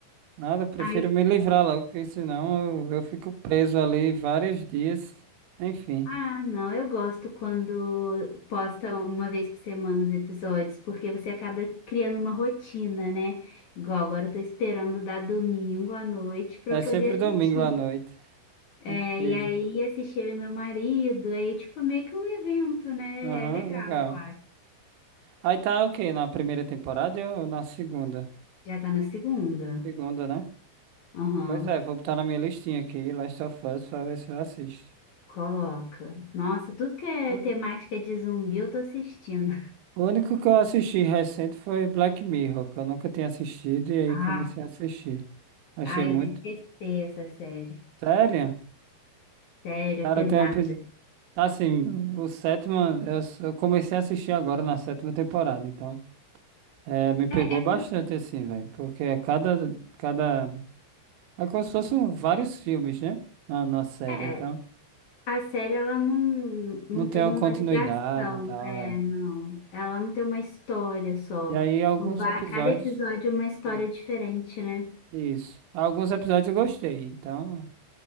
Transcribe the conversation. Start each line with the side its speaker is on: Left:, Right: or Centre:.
Right: Nada, eu prefiro
Left: Aí,
Right: me livrar logo, porque senão eu, eu fico preso ali vários dias. Enfim.
Left: ah, não, eu gosto quando posta uma vez por semana os episódios, porque você acaba criando uma rotina, né? Igual agora eu tô esperando dar domingo à noite pra
Right: É
Left: eu poder
Right: sempre
Left: assistir.
Right: domingo à noite.
Left: É,
Right: É incrível.
Left: e aí assisti eu e meu marido, aí é tipo meio que um evento, né?
Right: Aham,
Left: É legal,
Right: legal.
Left: eu acho.
Right: Aí tá o quê? Na primeira temporada ou na segunda?
Left: Já tá na segunda.
Right: Segunda, né?
Left: Aham.
Right: Pois é, vou botar na minha listinha aqui, Last of Us, pra ver se eu assisto.
Left: Coloca. Nossa, tudo que é
Right: Olha.
Left: temática de zumbi eu tô assistindo.
Right: O único que eu assisti recente foi Black Mirror, que eu nunca tinha assistido, e aí
Left: Ai,
Right: comecei a assistir. Achei
Left: ai,
Right: muito.
Left: eu detestei essa série.
Right: Sério?
Left: Sério,
Right: Cara,
Left: é pesada.
Right: tem um episódio. Tá assim, o sétimo. Eu, s- eu comecei a assistir agora na sétima temporada, então. É, me pegou
Left: É, é
Right: bastante,
Left: porque
Right: assim, velho. Porque a cada, cada É como se fossem vários filmes, né? Na, na série,
Left: é,
Right: então
Left: a série ela não, não
Right: não tem
Left: tem
Right: uma
Left: uma
Right: continuidade
Left: ligação,
Right: e tal,
Left: é,
Right: é.
Left: não. Ela não tem uma história só.
Right: E aí alguns
Left: Va-
Right: episódios.
Left: Cada episódio é uma história
Right: Hum.
Left: diferente, né?
Right: Isso. Alguns episódios eu gostei, então